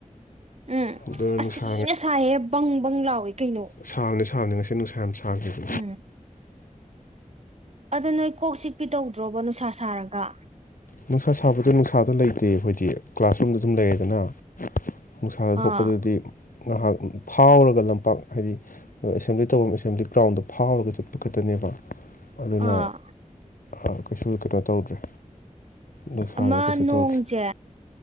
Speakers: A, on the right; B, on the left.
A: ꯎꯝ
B: ꯑꯗꯨꯅ
A: ꯑꯁ
B: ꯅꯨꯡꯁꯥ
A: ꯊꯤꯅ ꯁꯥꯏꯍꯦ ꯕꯪ ꯕꯪ ꯂꯥꯎꯏ ꯀꯩꯅꯣ
B: ꯁꯥꯕꯅꯤ ꯁꯥꯕꯅꯤ ꯉꯁꯤ ꯅꯨꯡꯁꯥ ꯌꯥꯝ ꯁꯥꯈꯤꯕꯅꯤ
A: ꯎꯝ ꯑꯗꯨ ꯅꯣꯏ ꯀꯣꯛ ꯆꯤꯛꯄꯤ ꯇꯧꯗ꯭ꯔꯣꯕ ꯅꯨꯡꯁꯥ ꯁꯥꯔꯒ
B: ꯅꯨꯡꯁꯥ ꯁꯥꯕꯗꯣ ꯅꯨꯡꯁꯥꯗ ꯂꯩꯇꯦ ꯑꯩꯈꯣꯏꯗꯤ ꯀ꯭ꯂꯥꯁꯔꯨꯝꯗ ꯑꯗꯨꯝ ꯂꯩꯌꯦꯗꯅ ꯅꯨꯡꯁꯥꯗ ꯊꯣꯛꯄꯗꯨꯗꯤ
A: ꯑꯥ
B: ꯉꯥꯏꯍꯥꯛ ꯐꯥꯎꯔꯒ ꯂꯝꯄꯥꯛ ꯍꯥꯏꯗꯤ꯫ ꯑꯗꯨ ꯑꯦꯁꯦꯝꯕ꯭ꯂꯤ ꯇꯧꯐꯝ ꯑꯦꯁꯦꯝꯕ꯭ꯂꯤ ꯒ꯭ꯔꯥꯎꯟꯗꯣ ꯐꯥꯎꯔꯒ ꯆꯠꯄ ꯈꯛꯇꯅꯦꯕ꯫ ꯑꯗꯨꯅ
A: ꯑꯥ
B: ꯑꯥ ꯀꯩꯁꯨ ꯀꯩꯅꯣ ꯇꯧꯗ꯭ꯔꯦ꯫ ꯅꯨꯡꯁꯥꯗꯣ
A: ꯑꯃ
B: ꯀꯩꯁꯨ
A: ꯅꯣꯡꯁꯦ꯫
B: ꯇꯧꯗ꯭ꯔꯦ